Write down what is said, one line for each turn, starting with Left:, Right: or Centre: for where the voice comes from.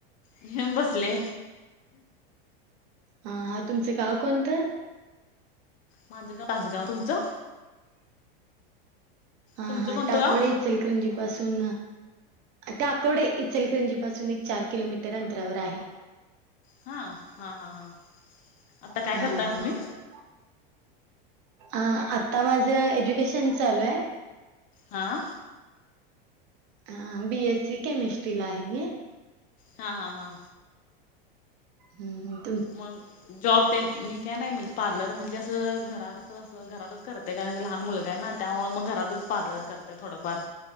Left: हम्म. बसले.
Right: हा हां. तुमचं गाव कोणतं.
Left: माझगाव, माझगाव तुमचं.
Right: हा
Left: तुमचं
Right: हां.
Left: कोणतं
Right: टाकोडे
Left: गाव
Right: चलकरंजी पासून, टाकवडे इचलकरंजी पासून एक, चार किलोमीटर अंतरावर आहे.
Left: हा हा हा हा. आता काय
Right: हा
Left: करताय मग
Right: हां.
Left: तुम्ही
Right: आ.. आता माझं एज्युकेशन चालू ये.
Left: हां.
Right: हां.. बीएससी केमिस्ट्री ला आहे मी.
Left: हा हा हा.
Right: हम् हम्.
Left: मग जॉब ते मी काय नाही म्हणजे, पार्लर म्हणजे असं घरात अस घरातच करते. <unintelligible> की लहान मुलगा आहे ना, त्यामुळे मग घरातच पार्लर करत्या थोडंफार.